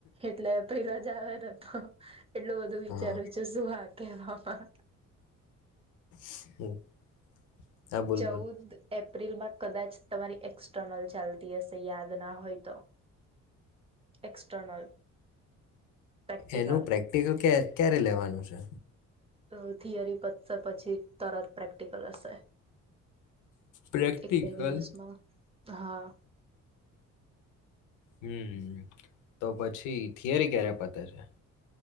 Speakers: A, on the right; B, on the left.
A: એટલે એપ્રિલ જ આવેને તો, એટલું બધું વિચારું
B: હા
A: છું શું <unintelligible> કે બાપા.
B: <inaudible>
A: ચૌદ
B: બોલ
A: એપ પ્રિલમાં કદાચ તમારી એક્સટર્નલ ચાલતી હશે યાદ ના હોય તો, એક્સટર્નલ પ્રેક્ટિકલ
B: એનું પ્રેક્ટિકલ કે ક્યારે લેવાનું છે?
A: અહ થિયરી પતશે પછી તરત પ્રેક્ટિકલ હશે.
B: પ્રેક્ટિકલ
A: એક બે દિવસમાં. હા
B: હમ તો પછી થિયરી ક્યારે પતે છે